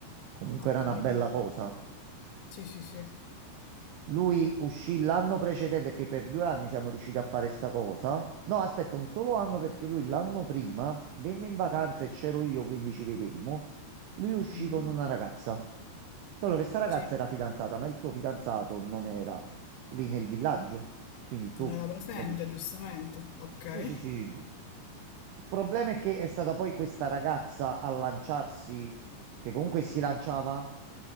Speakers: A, on the right; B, on the left.
A: comunque
B: Ok,
A: era una bella
B: quindi
A: cosa.
B: sì, sì, sì.
A: Lui uscì l'anno precedente, che per due anni siamo riusciti a fare sta cosa. No, aspetta, un solo anno perché lui l'anno prima venne in vacanza e c'ero io, quindi ci vedemmo. Lui uscì
B: Mhm.
A: con una ragazza. Solo che sta ragazza
B: Sì,
A: era fidanzata, ma il suo fidanzato non era lì nel villaggio. Quindi tu
B: non era presente,
A: già dici,
B: giustamente. Ok.
A: Sì, sì, sì. Il problema è che è stata poi questa ragazza a lanciarsi, che comunque si lanciava,